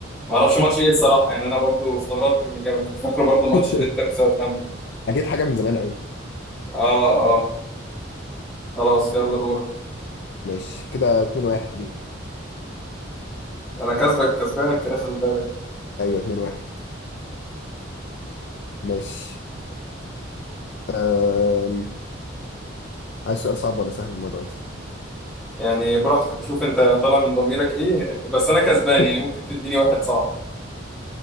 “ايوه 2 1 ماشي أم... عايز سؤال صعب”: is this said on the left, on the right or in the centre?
Left